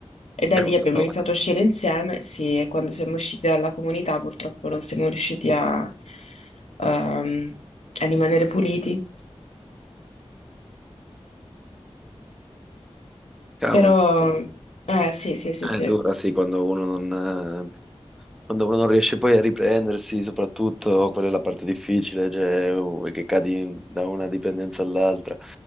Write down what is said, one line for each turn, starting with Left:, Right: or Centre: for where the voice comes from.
Left: e da
Centre: È brutta
Left: lì abbiamo
Centre: prova.
Left: iniziato a uscire insieme. Sì, e quando siamo usciti dalla comunità, purtroppo non siamo riusciti a, ehm, a rimanere puliti.
Centre: Cavolo,
Left: Però, eh, sì, sì, sì,
Centre: è
Left: sì,
Centre: dura, sì, quando uno non, eh, quando uno non riesce poi a riprendersi, soprattutto quella è la parte difficile, cioè uh, che cadi in- da una dipendenza all'altra.